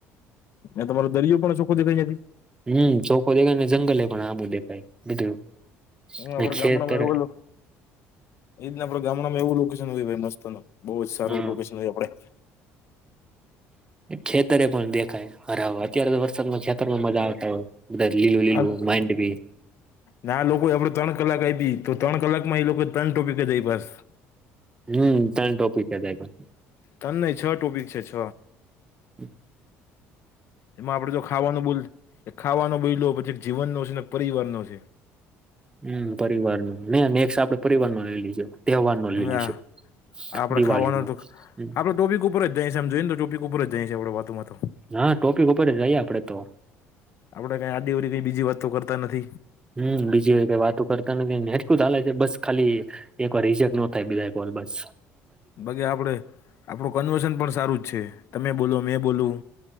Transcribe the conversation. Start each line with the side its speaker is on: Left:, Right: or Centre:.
Left: અને તમારો દરિયો પણ ઓખો દેખાઈ નથી.
Right: હમ ચોખો દેખાય ને જંગલે પણ આ બું દેાઈ બધું.
Left: હ આપડ
Right: ને ખેતર
Left: ગામડામાં એ એજને આપ ગામડામાં એવુંકેશન હો મસ્ત ન બહુ જ સારું
Right: હા
Left: લોકેશન હોય આપડે.
Right: ખેતરે પણ દેખાય હરાવર. અત્યારે વરસાદમાં ખેતરમાં મજા આવતા હોય બધ લીલું
Left: આપડે
Right: લીલું માઇડ બી
Left: ના આ લોકો આપડ ત્રણ કલાક આવીી તો ત્રણ કલાક માં એ લોકો ત્રણ ટોપિક જઈ પાસ.
Right: હમ તણ ટોપિક છે હતા પણ.
Left: તને નહી છ ટોપિક છે છ.
Right: હમ.
Left: એમાં આપણેે જો ખાવાનું બોલ ખાવાનો બોલ લો પછી એક જીવનનોો છે ને એક પરિવાર નો છે.
Right: હમ પરિવાર ન ને નેક્ આપડે પરિવાર નો લઈ લીજો. તહેવાર નો
Left: ના
Right: લેલી છે
Left: આપડે
Right: દિવાળી
Left: ખાવાનું
Right: નો
Left: તો
Right: હ.
Left: આપડે ટોપિક ઉપર જાય સમજો ને ટોપિક ઉપર જાય છે આપણે વાતમાં તો.
Right: હા ટોપિક ઉપર જઈએ આપડે તો.
Left: આપડે કઈ આ દેવારી કઈ બીજી વાત તો કરતા નથી.
Right: હમ બીજી કઈ વાતો કરતા નથીનેટકું ચાલે છે બસ ખાલી. એક વાર રિજેક્ટ ન થાય બીજા કોલ બસ.
Left: બાકી આપણે આપણું કન્વર્સન પણ સારું જ છે તમે બોલો મેં બોલું.